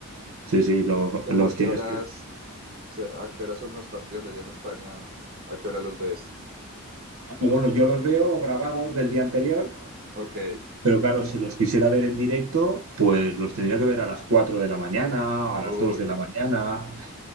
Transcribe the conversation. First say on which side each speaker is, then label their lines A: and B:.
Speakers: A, on the right; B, on the right.
A: Sí, sí, los,
B: ¿Cómo
A: los
B: a qué
A: tienes
B: horas,
A: que...
B: se- a qué horas son los partidos allá en España? ¿A qué hora los ves?
A: Ah, Bueno, yo los veo grabados del día anterior,
B: Ok.
A: pero claro, si los quisiera ver en directo, pues los tendría que ver a las 4 de la mañana, a
B: Uy,
A: las 2 de la mañana.